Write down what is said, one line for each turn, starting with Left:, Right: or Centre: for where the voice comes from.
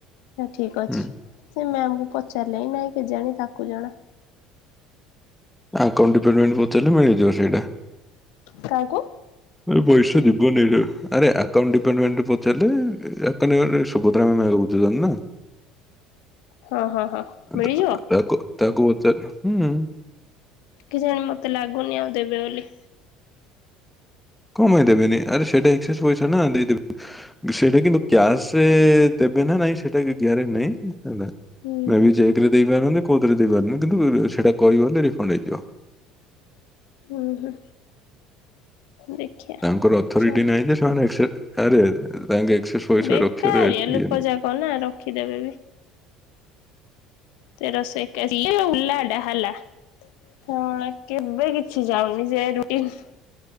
Left: ହେ ଠିକ୍ ଅଛି
Centre: ହୁଁ
Left: ସେ ମ୍ୟାମକୁ ପଚାରିଲେ ନାଇଁ କେଜାଣି ତାକୁ ଜଣା
Centre: ଆଉକାଉଣ୍ଟ୍ ଡିପାର୍ଟମେଣ୍ଟ୍ କୁ ପଚାରିଲେ ମିଳିଯିବ ସେଇଟା।
Left: କାହାକୁ?
Centre: ଇଏ ପଇସା ଦବନେଇ କା ଆରେ ଆ କାଉଣ୍ଟ୍ ଡିପାର୍ଟମେଣ୍ଟ୍ ରେ ପଚାରିଲେ ଆକାଉଣ୍ଟ୍ ଡିପାର୍ଟମେଣ୍ଟ୍ ସୁଭଦ୍ରା ମ୍ୟାମ୍ ପା ଏବେ ବୁଝୁଚନ୍ତି ନାଁ।
Left: ହଁ ହଁ ହଁ ମିଳିଯିବ?
Centre: ତା- ତାକୁ ତାକୁ ପଚାର ହୁଁ।
Left: କି ଜାଣି ମତେ ଲାଗୁନି ଆଉ ଦେବେ ବୋଲି।
Centre: କମାଇଁ ଦେବେନି ଆରେ ସେଇଟା ଏକ୍ସେସ୍ ପଇସା ନାଁ ଦେଇଦେବେ। ବେ ସେଇଟା କିନ୍ତୁ କ୍ୟାସେ ଦେ ଦେବେ ନା ନାଇଁ ସେଟା ବି ଗ୍ୟାରେଣ୍ଟି ନାହିଁ ହେଲା
Left: ହୁଁ
Centre: ମେ ବି ଚେକ୍ ରେ ଦେଇପାରନ୍ତି କୋଉଥିରେ ଦେଇପାରନ କିନ୍ତୁ ସେଟା କହିବ ବୋଲେ ରିଫଣ୍ଡ୍ ହେଇଯିବ।
Left: ହୁଁ ହୁଁ। ଦେଖିଆ।
Centre: ତାଙ୍କର
Left: ପଚାରିଲେ
Centre: ଅଥରିଟି ନାହିଁ ଯେ ସେମାନେ ଏକ୍ସ ଆରେ ଆରେ ଆରେ ବ୍ୟାଙ୍କ୍ ଏକକ୍ସ୍ ପଇସା
Left: ବେକାରିଆ
Centre: ରଖେରେ
Left: ଲୋକ
Centre: ଇଏ ନାହିଁ।
Left: ଯାକ ନା ରଖିଦେବେ ତେରସ ଏକାଅଶି <unintelligible> ହେଲା ଏଟା ହେଲା ହଁ ଳେ କେବେ କିଛି ଯାଉନି ଯେ ରୁଟିନ୍